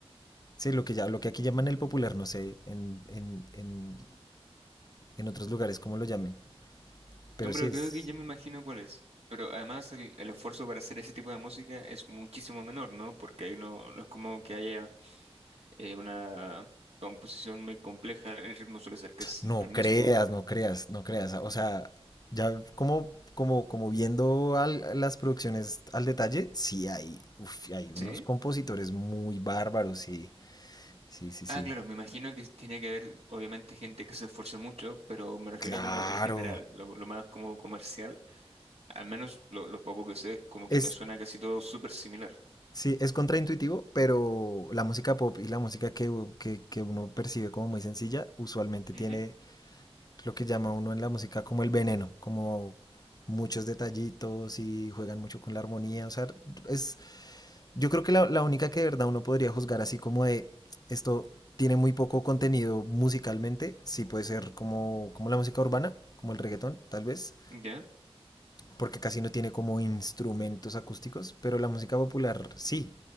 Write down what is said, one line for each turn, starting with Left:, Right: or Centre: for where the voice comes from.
Left: Sí, lo que, ya, lo que aquí llaman el popular, no sé en, en, en, en otros lugares cómo lo llamen, pero
Right: No, pero
Left: sí es...
Right: creo que ya me imagino cuál es. Pero además el, el esfuerzo para hacer ese tipo de música es muchísimo menor, ¿no? Porque ahí no, no es como que haya eh, una composición muy compleja, el ritmo suele ser casi siempre
Left: No
Right: el
Left: creas,
Right: mismo.
Left: no creas, no creas. O sea, ya como, como, como viendo al- las producciones al detalle, sí hay, uf, hay unos
Right: ¿Sí?
Left: compositores muy bárbaros, sí, sí, sí, sí.
Right: Ah, claro, me imagino que tiene que haber, obviamente, gente que se esfuerce mucho, pero me refiero
Left: Claro.
Right: como el general, lo, lo más como comercial, al menos lo, lo poco que sé, como
Left: Es,
Right: que me suena casi todo súper similar.
Left: sí, es contraintuitivo, pero la música pop y la música que, que, que uno percibe como muy sencilla, usualmente tiene
Right: Ujú,
Left: lo que llama uno en la música como el veneno, como muchos detallitos y juegan mucho con la armonía. O sea, es, yo creo que la, la única que de verdad uno podría juzgar así como de esto tiene muy poco contenido musicalmente, sí puede ser como, como la música urbana, como el reggaetón, tal vez
Right: ¿Ya?
Left: porque casi no tiene como instrumentos acústicos, pero la música popular sí.